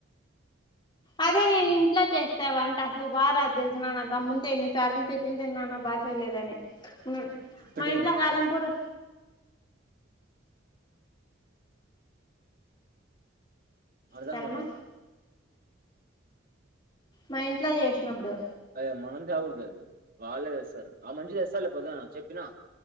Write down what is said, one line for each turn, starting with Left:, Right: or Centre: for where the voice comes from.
Left: అదే నేను ఇంట్లో చేస్తావంటే అసలు బారాదు తెలిసినా మా తమ్మునితో ఎన్ని సార్లు తిట్లు తిన్నానో బా చేయలేదని న
Right: పెట్టేయలే
Left: మా ఇంట్లో కారం
Right: ఓ,
Left: పొడి
Right: అర్థం
Left: తాలమా
Right: కావట్లే
Left: మై ఇట్లా చేసినప్పుడు
Right: అయ మనల్ని సావగొడుతది వాళ్ళే తెస్తారు ఆమె మంచి తెస్తారు లే పొద్దున చెప్పినా